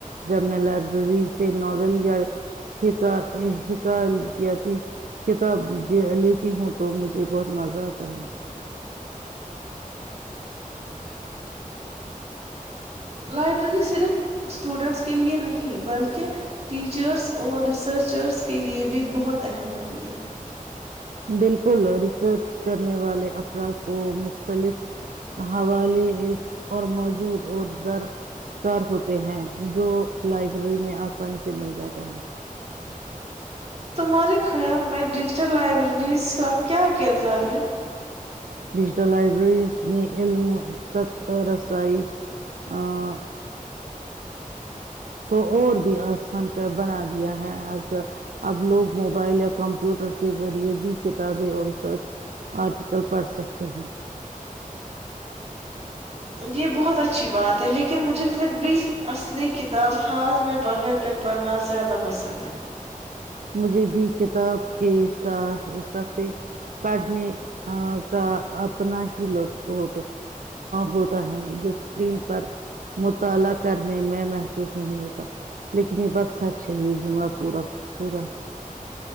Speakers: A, on the right; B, on the right.
A: جب میں لائبریری سے ناول یا ح کتاب لیتی ہوں تو مجھے بہت مزہ آتا ہے ہ <inaudible>
B: لائبریری صرف اسٹوڈنٹس کے لئے نہیں بلکہ ٹیچرس اور ریسرچرس کے لئے بھی بہت اہم ہوتی ہے
A: بالکل ریسرچ کرنے والے افراد کو مختلف حوالے اور موجود اور درکار ہوتے ہیں جو لائبریری میں آسانی سے مل جاتا ہے <inaudible>
B: تمہارے خیال میں ڈ لائبریریز کا کیا کردار ہے
A: ڈیجیٹل لائبریریز <inaudible> نے علم تک ا رسائی <inaudible> آ <inaudible> کو اور بھی آسان کا بنا دیا ہے اب لوگ موبائل یا کمپیوٹر کے ذریعے بھی کتابیں اور ریسرچ آرٹیکل پڑھ سکتے ہیں <unintelligible>
B: یہ بہت اچھی بات ہے لیکن مجھے پھر بھی اصلی کتاب ہاتھ میں پکڑ کر پڑھنا زیادہ پسند ہے
A: مجھے بھی کتاب کے س صفح پڑھنے کا اپنا ہی لطف ہو ہوتا ہے جو اسکرین پر مطالعہ کرنے میں محسوس نہیں ہوتا لیکن یہ بس سچ ہے یہ جملہ پورا <unintelligible> پورا <unintelligible>